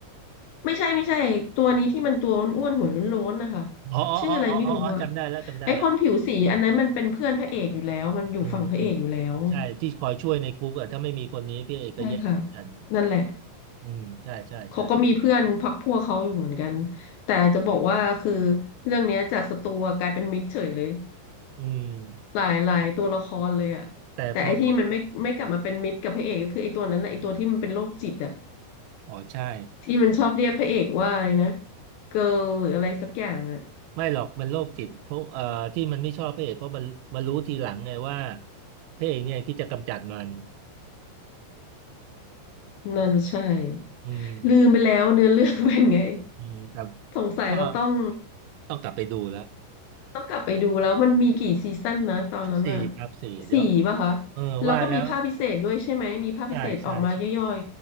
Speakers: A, on the left; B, on the right.
A: ไม่ใช่ไม่ใช่ตัวนี้ที่มันตัวอ้วนๆหัวโล้นๆนะคะ
B: อ๋ออ๋ออ๋ออ๋ออ๋ออ๋อจำได้แล้วจำได้แล้ว
A: ชื่ออะไรไม่รู้อะไอ้คนผิวสีอันนั้นมันเป็นเพื่อนพระเอกอยู่แล้วมันอยู่ฝั่งพระเอกอยู่แล้ว
B: อืมอืมใช่ที่คอยช่วยในคุกอะถ้าไม่มีคนนี้พี่เอกก็แย่เหมือนกัน
A: ใช่ค่ะนั่นแหละ
B: อืมใช่ใช่ใช่
A: เขาก็มีเพื่อนพรรคพวกเขาอยู่เหมือนกันแต่จะบอกว่าคือเรื่องเนี้ยจากศัตรูกลายเป็นมิตรเฉยเลย
B: อืม
A: หลายหลายตัวละครเลยอะแต่ไอ้ที่มันไม่ไม่กลับมาเป็นมิตรกับพระเอกก็คือไอ้ตัวนั้นแหละไอ้ตัวที่มันเป็นโรคจิตอะ
B: แต่พออ๋อใช่
A: ที่มันชอบเรียกพระเอกว่าอะไรนะเกิร์ลหรืออะไรสักอย่างอะ
B: ไม่หรอกมันโรคจิตเพราะเอ่อที่มันไม่ชอบพระเอกเพราะมันมันรู้ทีหลังไงว่าพระเอกเนี่ยคิดจะกำจัดมัน
A: น่าจะใช่
B: อืม
A: ลืมไปแล้วเนื้อเรื่องเป็นไง
B: อืมแต่
A: สงสัยเราต้อง
B: ชอบต้องกลับไปดูแล้ว
A: ต้องกลับไปดูแล้วมันมีกี่ซีซั่นนะตอนนั้นอะ
B: สี่ครับสี่เดี๋ยว
A: สี่ป่ะคะ
B: เออว่าแล้ว
A: แล้วก็มีภาคพิเศษด้วยใช่ไหมมีภาคพิเศษออกมาย่อย
B: ใช่ใช่ใช่